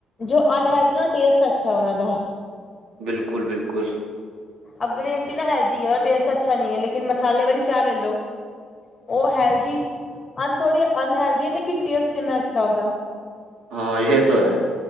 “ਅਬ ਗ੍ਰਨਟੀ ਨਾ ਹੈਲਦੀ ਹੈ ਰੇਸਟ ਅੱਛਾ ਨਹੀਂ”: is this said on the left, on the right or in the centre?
Left